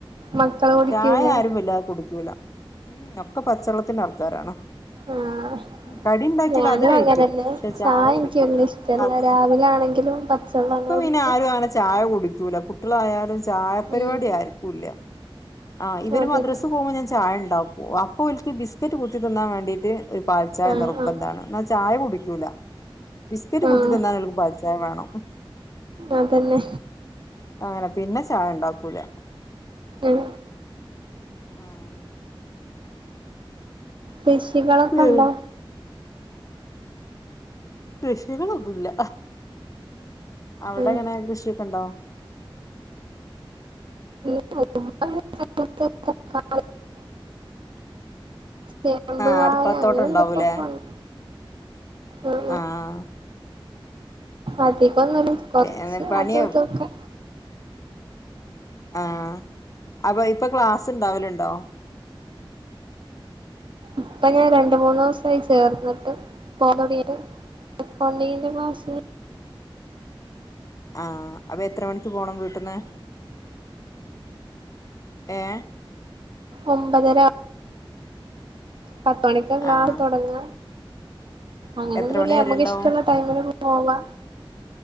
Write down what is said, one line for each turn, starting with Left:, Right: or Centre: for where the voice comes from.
Right: മക്കള്
Left: ഉ
Right: കുടിക്കൂലേ
Left: ചായ ആാരും വല്ലാതെ കുടിക്കൂല ഉം ഒക്കെ പച്ചെള്ളത്തിന്റെ ആൾക്കാരാണോ
Right: ആഹ്
Left: കടി ഉണ്ടാക്കിയൽ
Right: ഞാനും
Left: അത് കഴിക്കും
Right: അങ്ങനെന്നെ
Left: പക്ഷെ ചായ കുടിക്കൂല
Right: എനിക്ക് വല്യ ഇഷ്ടല്ല
Left: അങ്ങനെ
Right: രാവിലെ ആണെങ്കിലും പച്ചവെള്ളം
Left: ഇപ്പൊ
Right: തന്നെ കുടിക്ക
Left: പിന്നെ ആരും അങ്ങനെ ചായ കുടിക്കൂല കുട്ടികളായാലും ചായ പരിപാടി
Right: ഉം
Left: ആയിരിക്കൂല്ല ആ ഇവര്
Right: അതന്നെ
Left: മദ്രസ് പോകുമ്പോൾ ഞാൻ ചായ ഉണ്ടാവും ഓ അപ്പൊ എനിക്ക് ബിസ്ക്കറ്റ് കുത്തിതിന്നാൻ വേണ്ടീട്ട് ഒരു പാൽചായ
Right: ആഹ്
Left: നിർബന്ധമാണ്
Right: ആഹ്
Left: എന്നാ ചായ കുടിക്കൂല ബിസ്ക്കറ്റ് കുത്തിത്
Right: ആഹ്
Left: എന്താ നിങ്ങക്ക് പാച്ചായ വേണം
Right: അതന്നെ
Left: അങ്ങനെ പിന്നെ ചായ ഉണ്ടാക്കൂല
Right: ഉം
Left: ആഹ
Right: കൃഷികളൊക്കെ
Left: വേറെ
Right: ഉണ്ടോ
Left: കൃഷികൊന്നുമല്ല അവിടെ
Right: ഉം
Left: എങ്ങനെ കൃഷിയൊക്കെ ഉണ്ടോ
Right: ഓ ചേമ്പ്
Left: ആഹ
Right: വാഴ
Left: അടുക്കളത്തോട്ട്ുണ്ടാവൂലേ
Right: അങ്ങനെ എന്തൊക്കൊക്കെ ഉണ്ട് ഉം
Left: ആഹ
Right: അധികംൊന്നള്ള കൊറച്ച്
Left: പിന്നെ പണി
Right: അതും ഇതൊക്കെ
Left: ആഹ അപ്പൊ ഇപ്പൊ ക്ലാസ്സ് ഇണ്ടാവലുണ്ടോ
Right: ഇപ്പൊ ഞാൻ രണ്ട മൂന്ന്ു ദിവസയി ചേർന്നിട്ട് പോന്നോടീ അക്കൗണ്ടിങ്ങിന്റെ മാസ്
Left: ആഹ അപ്പൊ എത്ര മണിക്ക് പോണം വീട്ടന്ന് എ
Right: ഒമ്പതര പത്ത് മണിക്കാ ക്ലാസ്
Left: ആഹ്
Right: തുടങ്ങ അങ്ങനെന്നുമല്ല
Left: എത്ര മണി വരെ
Right: നമ്മക്ക്
Left: ഉണ്ടാവും
Right: ഇഷ്ടമുള്ള ടൈമില് പോവാ